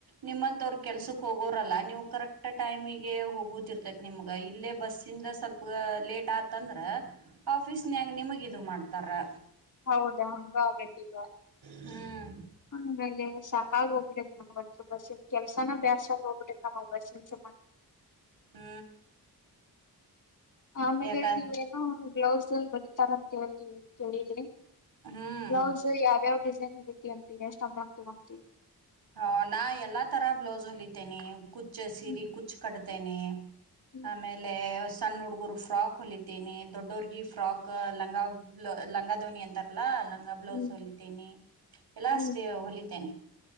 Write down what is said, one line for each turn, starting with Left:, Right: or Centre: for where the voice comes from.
Right: ನಿಮ್ಮಂತವ್ರ ಕೆಲ್ಸಕ್ ಹೋಗೋರಲ್ಲ ನೀವು್ ಕರೆಕ್ಟ್ ಟೈಮಿಗೆ ಹೋಗುದಿರ್ತೈತಿ ನಿಮ್ಗ ಇಲ್ಲೇ ಬಸ್ಿಂದ ಸ್ವಲ್ಪ ಲೇಟ್ ಆತಂದ್ರೆ ಆಫೀಸ್ನ್ ಹೆಂಗೆ ನಿಮಗೆ ಇದು ಮಾಡ್ತಾರೆ
Left: ಹೌದಾ ಹಂಗ ಆಗತ್ತ ಈಗ
Right: ಹ್ಮ್
Left: ಆಮೇಲೆ ಸಾಕ ಹಾಗ ಹೋಗ್ಬಿಡ ನಮ್ ಹತ್ರರು ಬಾಷೆ ಕೆಲ್ಸಾನಭ್ಯಾಸ ಆ ಹೋಗ್ಬಿಟ್ಟೆ ನ ಜಮನ್
Right: ಹ್ಮ್
Left: ಆಮೇಲೆ
Right: ಯಾಕ
Left: ನೀವೇನೋ ಗ್ಲೌಸ್ ಬಲಿತಾರ ಅಂತ ಹೇಳಿ ಕೇಳಿದ್ರಿ
Right: ಹ್ಮ್
Left: ಬ್ಲೌಸ್ ಯಾವಾವ ಡಿಸೈನ್ ಹೇತಿ ಅಂತ ಎಷ್ಟುದ ಆಗ್ತ ಹಂತೀವಿ
Right: ಹ ನಾ ಎಲ್ಲಾ ತರ ಬ್ಲೌಸ್ ಹೊಲಿತೇನೆ ಕುಚ್ಚ ಸೀರೆ
Left: ಹ್ಮ್
Right: ಕುಚ್ಚು ಕಟ್ತೇನೆ
Left: ಹ್ಮ್
Right: ಆಮೇಲೆ ಸಣ್ಣ ಹುಡುಗರು ಫ್ರಾಕ್ ಹೊಲಿತೇನೆ ದೊಡ್ಡೋರಗಿ ಫ್ರಾಕ್ ಲಂಗ ಲಂಗಧವನಿ ಅಂತಾರಲ್ಲಾ ಹಂಗ ಬ್ಲೌಸ್
Left: ಹ್ಮ್
Right: ಹೊಲಿತೇನೆ ಎಲ್ಲಾ
Left: ಹ್ಮ್
Right: ಅಷ್ಟೇ ಹೊಲಿತೇನೆ